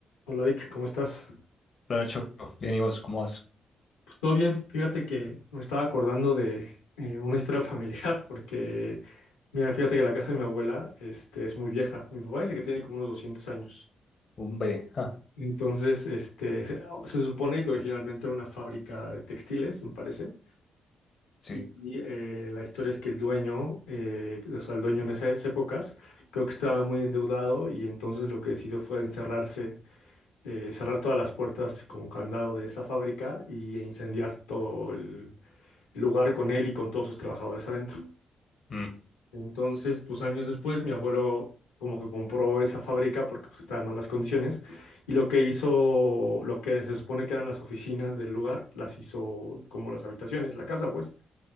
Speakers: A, on the left; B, on the left.
A: Hola Vic, ¿cómo estás?
B: Hola Nacho, bien y vos, ¿cómo vas?
A: Pues todo bien, fíjate que me estaba acordando de eh, una historia familiar, <laughs> porque mira, fíjate que la casa de mi abuela este, es muy vieja. Mi papá dice que tiene como unos 200 años.
B: Un B, ja,
A: Entonces, este, <laughs> se, se supone que originalmente era una fábrica de textiles, me parece.
B: sí.
A: Y y, eh, la historia es que el dueño, eh, o sea, el dueño en esas épocas, creo que estaba muy endeudado y entonces lo que decidió fue encerrarse eh, cerrar todas las puertas con candado de esa fábrica y e incendiar todo el, el lugar con él y con todos sus trabajadores adentro.
B: mm.
A: Entonces, pues años después, mi abuelo como que compró esa fábrica porque pues, estaba en malas condiciones y lo que hizo, lo que se supone que eran las oficinas del lugar, las hizo como las habitaciones, la casa, pues.